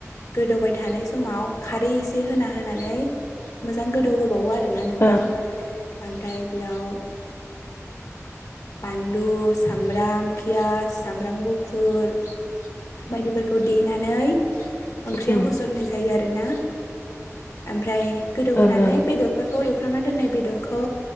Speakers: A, on the left; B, on the left.
A: गोदौबाय थानाय समाव खारै एसे होना होनानै मोजां गोदौ होबावो आरो मोना नोंथां
B: ओं
A: ओमफ्राय बेयाव बानलु सामब्राम पियास सामब्राम गुफुर बायदिफोरखौ देनानै ओंख्रियाव
B: उम
A: होसननाय जायो आरोना ओमफ्राय गोदौ
B: ओं
A: होनोनानै
B: ओं
A: बेदर बेफोरखौ एवफ्रामनानै दोननाय बेदरखौ